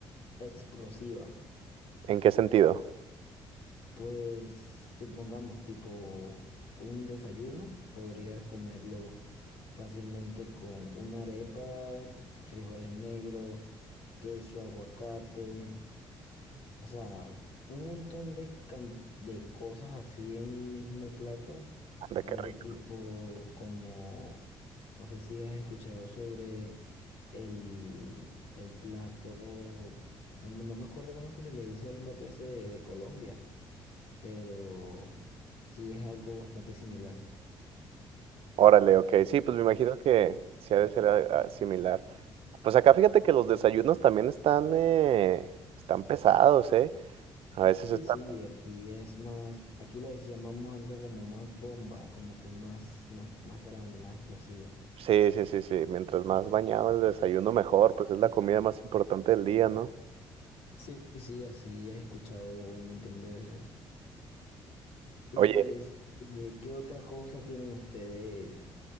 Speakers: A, on the left; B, on the right.
A: Explosiva.
B: ¿En qué sentido?
A: Pues supongamos tipo un desayuno, podrías comerlo fácilmente con una arepa, frijoles negros, queso, aguacate, o sea, un montón de, can- de cosas así en un mismo plato,
B: Anda, qué
A: algo
B: rico.
A: tipo como, no sé si has escuchado sobre el, el plato, como- no me acuerdo cómo es que se le dice el plato ese de de Colombia pero sí es algo bastante similar.
B: Órale, ok. Sí, pues me imagino que sí ha de ser ah, ah, similar. Pues acá fíjate que los desayunos también están, eh, están pesados, ¿eh? A veces
A: Sí,
B: está...
A: sí, aquí es más, aquí les llamamos algo como más bomba, como que más, más, más grande, más explosivo.
B: Sí, sí, sí, sí. Mientras más bañado el desayuno, mejor. Pues es la comida más importante del día, ¿no?
A: Sí, sí, así he escuchado un montón de veces. Y
B: Oye.
A: pues, eh, ¿qué otra cosa tienen ustedes